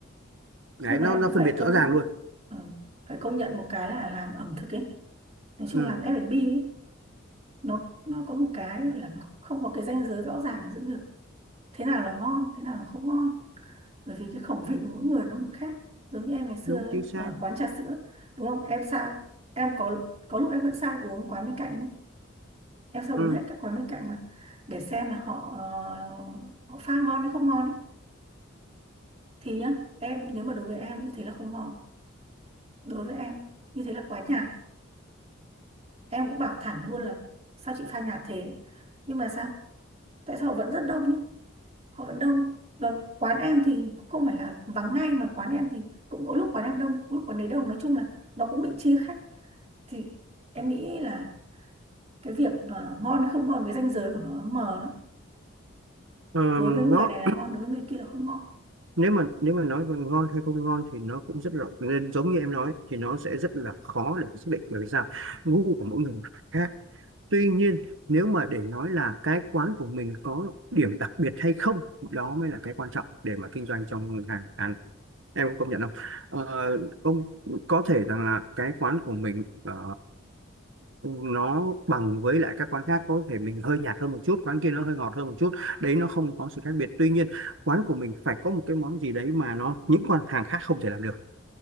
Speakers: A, on the right; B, on the right.
A: Đấy,
B: nhưng mà
A: nó
B: em
A: nó
B: cũng phải
A: phân biệt
B: công
A: rõ ràng luôn.
B: ờ, phải công nhận một cái là làm ẩm thực ấy nói chung
A: Ừ,
B: làm F&B ấy, nó nó có một cái là nó không có cái ranh giới rõ ràng giữa việc thế nào là ngon thế nào là không ngon bởi vì cái khẩu vị của mỗi người nó một khác giống như em ngày xưa
A: đúng chính xác.
B: ở quán trà sữa đúng không em sang em có có lúc em vẫn sang uống quán bên cạnh nhé. em sang
A: Ừ.
B: uống hết các quán bên cạnh mà để xem là họ ờ, họ pha ngon hay không ngon ấy thì nhá em nếu mà đối với em như thế là không ngon đối với em như thế là quá nhạt em cũng bảo thẳng luôn là sao chị pha nhạt thế nhưng mà sao tại sao họ vẫn rất đông nhé họ vẫn đông và quán em thì không phải là vắng ngay mà quán em thì cũng có lúc quán em đông lúc quán đấy đông nói chung là nó cũng bị chia khách thì em nghĩ là cái việc mà ngon hay không ngon cái ranh giới của nó mờ lắm
A: Ờ,
B: đối với người
A: nó
B: này là ngon đối với người kia là không ngon
A: nếu mà nếu mà nói về ngon hay không ngon thì nó cũng rất rộng nên giống như em nói thì nó sẽ rất là khó để xác định bởi vì sao gu của mỗi người khác tuy nhiên nếu mà để nói là cái quán của mình có điểm đặc biệt hay không đó mới là cái quan trọng để mà kinh doanh trong ngành ăn em có công nhận không ờ, công có thể rằng là cái quán của mình ờ, nó bằng với lại các quán khác có thể mình hơi nhạt hơn một chút quán kia nó hơi ngọt hơn một chút đấy nó không có sự khác biệt tuy nhiên quán của mình phải có một cái món gì đấy mà nó những quán hàng khác không thể làm được